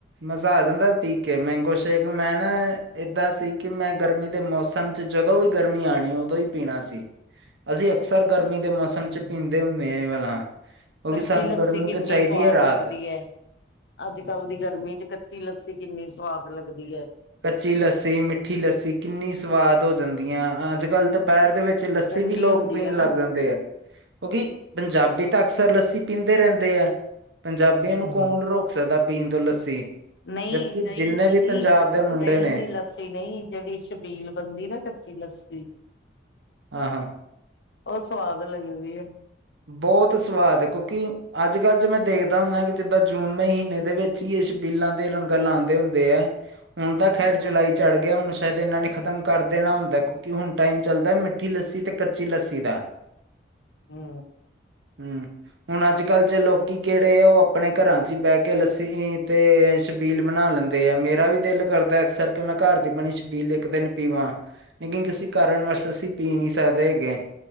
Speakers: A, on the right (about 75°); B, on the left (about 65°).
A: ਮਜ਼ਾ ਆ ਜਾਂਦਾ ਪੀਕੇ ਮੈਂਗੋ ਸ਼ੇਕ ਮੈਂ ਨਾ ਏਦਾਂ ਸੀ ਕਿ ਮੈਂ ਗਰਮੀ ਦੇ ਮੌਸਮ ਚ ਜਦੋਂ ਵੀ ਗਰਮੀ ਆਉਣੀ ਉਦੋਂ ਹੀ ਪੀਣਾ ਸੀ। ਅਸੀਂ ਅਕਸਰ ਗਰਮੀ ਦੇ ਮੌਸਮ
B: ਹਮ
A: 'ਚ ਪੀਂਦੇ ਹੁੰਦੇ ਏ ਵਾਲਾ ਕਿਉਂਕਿ
B: ਕੱਚੀ
A: ਸਾਨੂੰ
B: ਲੱਸੀ
A: ਗਰਮੀ
B: ਕਿੰਨੀ
A: ਤੋਂ ਚਾਹੀਦੀ
B: ਸਵਾਦ
A: ਹੈ ਰਾਹਤ
B: ਲੱਗਦੀ ਹੈ। ਅੱਜ ਕੱਲ ਦੀ ਗਰਮੀ 'ਚ ਕੱਚੀ ਲੱਸੀ ਕਿੰਨੀ ਸਵਾਦ ਲੱਗਦੀ ਐ।
A: ਕੱਚੀ ਲੱਸੀ ਮਿੱਠੀ ਲੱਸੀ ਕਿੰਨੀ ਸਵਾਦ ਹੋ ਜਾਂਦੀ ਆ ਅੱਜ ਕੱਲ੍ਹ ਤਾਂ ਪੈਰ ਦੇ ਵਿੱਚ ਲੱਸੀ
B: ਠੰਡੀ
A: ਵੀ ਲੋਕ
B: ਹੁੰਦੀ
A: ਪੀਣ
B: ਹੈ ਨਾ
A: ਲੱਗ ਜਾਂਦੇ ਆ। ਕਿਉਂਕਿ ਪੰਜਾਬੀ ਤਾਂ ਅਕਸਰ ਲੱਸੀ ਪੀਂਦੇ ਰਹਿੰਦੇ ਆ ਪੰਜਾਬੀਆਂ
B: ਹਮ,
A: ਨੂੰ ਕੌਣ ਰੋਕ ਸਕਦਾ ਪੀਣ ਤੋਂ ਲੱਸੀ
B: ਨਹੀਂ
A: ਜਬਕਿ
B: ਦਹੀ
A: ਜਿੰਨੇ
B: ਦੀ
A: ਵੀ
B: ਨੀ।
A: ਪੰਜਾਬ ਦੇ ਮੁੰਡੇ
B: ਦਹੀਂ
A: ਨੇ
B: ਦੀ ਲੱਸੀ ਨਹੀਂ ਜਿਹੜੀ ਛਬੀਲ ਬਣਦੀ ਨਾ ਕੱਚੀ ਲੱਸੀ
A: ਆ ਹਾਂ
B: ਉਹ ਸਵਾਦ ਲੱਗਦੀ ਏ।
A: ਬਹੁਤ ਸਵਾਦ ਹੈ ਕਿਉਂਕਿ ਅੱਜ ਕੱਲ੍ਹ 'ਚ ਮੈਂ ਦੇਖਦਾ ਹੁੰਦਾ ਕਿ ਜਿੱਦਾਂ ਜੂਨ ਮਹੀਨੇ ਦੇ ਵਿੱਚ ਹੀ ਇਹ ਸ਼ਬੀਲਾਂ ਦੇ ਲੰਗਰ ਲਾਉਂਦੇ ਹੁੰਦੇ ਏ। ਹੁਣ ਤਾਂ ਖੈਰ ਜੁਲਾਈ ਚੜ੍ਹ ਗਿਆ ਹੁਣ ਸ਼ਾਇਦ ਇਹਨਾ ਨੇ ਖ਼ਤਮ ਕਰ ਦੇਣਾ ਹੁੰਦਾ। ਹੁਣ ਟਾਈਮ ਚੱਲਦਾ ਮਿੱਠੀ ਲੱਸੀ ਤੇ ਕੱਚੀ ਲੱਸੀ ਦਾ
B: ਹੂੰ
A: ਹੂੰ ਹੁਣ ਅੱਜ ਕੱਲ੍ਹ 'ਚ ਲੋਕ ਕਿ ਕਿਹੜੇ ਆ ਉਹ ਆਪਣੇ ਘਰਾਂ 'ਚ ਹੀ ਬਹਿ ਕੇ ਲੱਸੀ ਤੇ ਛਬੀਲ ਬਣਾ ਲੈਂਦੇ ਆ ਮੇਰਾ ਵੀ ਦਿਲ ਕਰਦਾ ਅਕਸਰ ਕਿ ਮੈਂ ਘਰ ਦੀ ਬਣੀ ਛਬੀਲ ਇੱਕ ਦਿਨ ਪੀਵਾਂ। ਲੇਕਿਨ ਕਿਸੇ ਕਾਰਨ ਵਾਸ ਅਸੀਂ ਪੀ ਨਹੀ ਸਕਦੇ ਹੈਗੇ